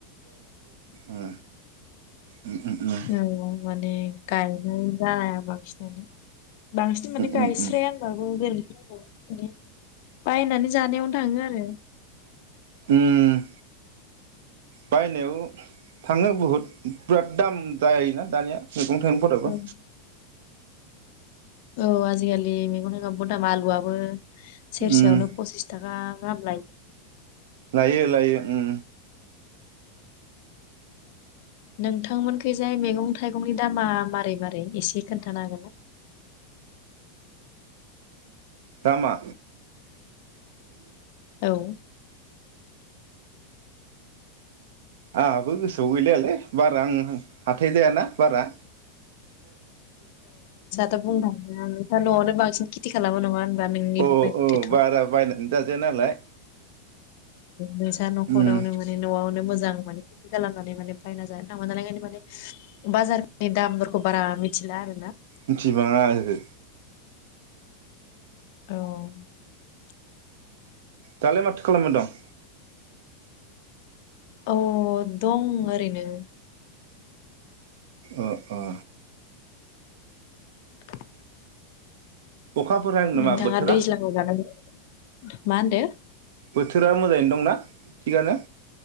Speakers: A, on the right (about 65°); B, on the left (about 45°).
A: आ उम उम उम
B: औ माने गायनाय जाया बांसिनानो बांसिन माने गायस्राया
A: उम उम
B: होनबाबो गोरोन्थि बायनानै जानायावनो थाङो आरो
A: उम बायनायाव थांनो बहुद बिराद दाम जायोना दानिया मेगं थाइगंफोराबो
B: औ औ आजिखालि मैगन थाइगंबो बहुल दाम आलुआबो सेरसेयावनो
A: उम
B: पसिस थाखा गाहाम
A: लायो लायो उम
B: नोंथांमोनखैजाय मैगं थाइगंनि दामा मारै मारै एसे खोनथानो हागोन ना
A: दामा
B: औ
A: आंहाबो गोसोआव गैलायलै बारा आं हाथाय जायाना बारा
B: दा बुंनो थाङोब्ला दा नोंसा न'आवनो बांसिन खेथि खालामो नङा होनबा नोंनि
A: अ
B: बुंनाय
A: औ
B: मथेथ'
A: बारा बायनानै जाजाया नालाय
B: नोंसा न'खरावनो
A: उम
B: माने न'आवनो मोजां मोजां माने खे खालामनानै माने बायना जानो थाङा नालाय माने बाजारनि दामफोरखौ बारा मि मिथिला आरोना <inaudible>
A: मिथिबाङा ओहो
B: औ
A: दालाय माथो खालामबाय दं
B: औ दं ओरैनो
A: ओ ओ
B: <inaudible>
A: अखाफोर हादों नामा
B: नोंथाङा
A: बोथोरा
B: दैज्लां ह जानानै मा होनदो
A: बोथोरा मोजाङैनो दंना थिगानो